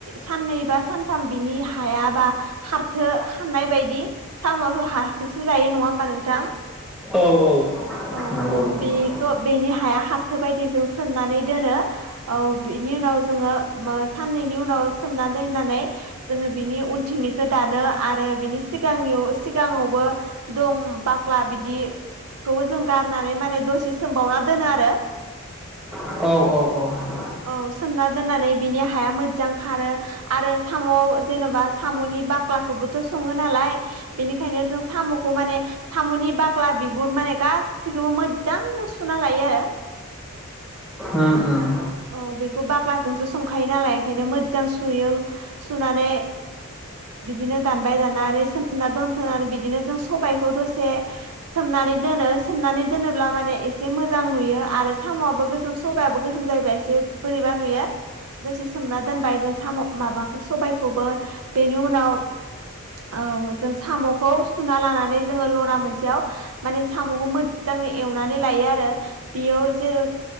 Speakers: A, on the right (about 90°); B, in the centre.
A: साननै बा सानथाम बिनि हायाबा हारथो हाननाय बायदि साम'आथ' हाखोसो जायो नङा होमबा नोंथां
B: औ औ
A: औ
B: नंगौ नंगौ
A: बेखौ बेनि हाया हाबथो बायदि जों सोमनानै दोनो औ बिनि उनाव जोङो साननैनि उनाव सोमना दोननानै जोङो बिनि उनथिंनिखौ दानो आरो बिनि सिगांनि सिगाङावबो दं बाख्ला बिदि खौबो जों गारनानै माने दसे सोमबावना दोनो आरो।
B: औ औ औ।
A: औ सोमना दोननानै बिनि हाया मोजां खारो आरो साम'। जेन'बा साम'नि बाख्लाखौबोथ' सङो नालाय बेनिखायनो जों साम'खौ माने साम'नि बाग्ला बिगुर माने गाैखौबो मोजांनो सुना लायो आरो।
B: ओम ओम
A: औ बेखौ बाग्लाजोंसो संखायो नालाय ओंखायनो मोजां सुयो सुनानै बिदिनो दानबाय दान नानै सोमना दोनथ'नानै बिदिनो जों सबायखौ दसे सोमनानै दोनो सोमनानै दोनोब्ला माने एसे मोजां नुयो आरो साम'आबो गोसोम सबायाबो गोसोम जायोबा एसे बोरैबा नुयो दसे सोमना दोनबाय जों साम' माबाखौ सबायखौबो बेनि उनाव औ जों साम'खौ सुना लानानै जोङो लरा मोनसेयाव माने साम'खौ मोजांनो एवनानै लायो आरो। बेयाव जेर'